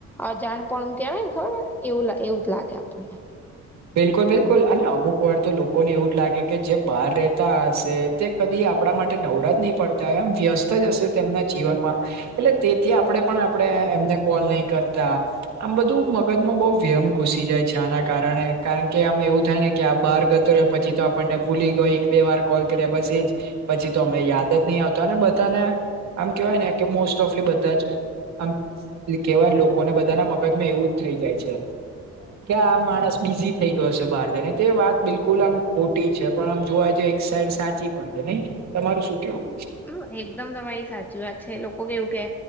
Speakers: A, in the centre; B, on the right.
A: અજાણ પણ કેવાયને ખબર એવું એવું જ લાગે આપણને. <inaudible>
B: બિલકુલ બિલકુલ અને અમુકવાર તો લોકોને એવું જ લાગે કે જે બહાર રેતા હશે તે કદી આપણા માટે નવરા જ નહી પડતા એમ વ્યસ્ત જ હશે તેમના જીવનમાં? એલે તેથી આપણેે પણ આપણેે એમને કોલ નહી કરતા. આમ બધું મગજમાં બહુ વ્યેમ ઘુસી જાય. છાના કારણે, કારણ કે આમ એવું થાય ને કે આ બહાર ગતો રહ્યો પછી તો આપણને ભૂલી ગો ઈ. બે વાર કોલ કર્યા બસ એજ પછી તો અમે યાદ જ નહી આવતાને બધાને? આમ કેવાય ને કે મોસ્ટ ઓફલી બધા જ આમ લી કેવાય લોકોને બધા ના મગજમાં એવું જ થઇ જાય છે. ક્યા આ માણસ બીઝી થઈ ગયો છે બાર જઈને, તે વાત બિલકુલ આમ ખોટી છે પણ આમ જોવા જઈ એક સાઈડ સાચી પણ છે નઈ! તમારે શું કેવું?
A: હમ એકદમ તમારી સાચી વાત છે, લોકો કેવું કે...